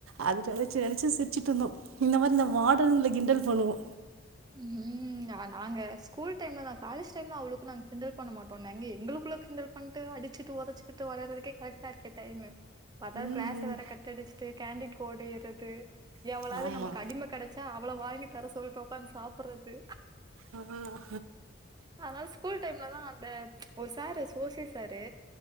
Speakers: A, on the right; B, on the right.
A: அது நெனச்சு நெனச்சு சிரிச்சுட்டு இருந்தோ இந்த மாதிரி இந்த வாடன்கல கிண்டல் பண்ணுவோ
B: ம் நாங்க ஸ்கூல் டைம்லதா காலேஜ் அந்த டைம்லா அவ்ளோக்கு நாங்க கிண்டல் பண்ண மாட்டோ நாங்க எங்களுக்குள்ள கிண்டல் பண்ட்டு அடிச்சுட்டு ஒதச்சுகிட்டு வெளாட்றதுக்கே கரெக்டா இருக்கே டைமு பாத்தா
A: ம்
B: கிளாஸ்
A: ம்
B: வேற கட்டடிச்சுட்டு கேண்டின் கோடையறது
A: ஆமா
B: எவளாது நமக்கு அடிம கெடச்சா அவள வாங்கி தர சொல்ட்டோ ஒக்காந்து சாப்பிடறது
A: ஆ
B: அதனால ஸ்கூல் டைம்ல தா அந்த ஒரு சாரு ஓசி சாரு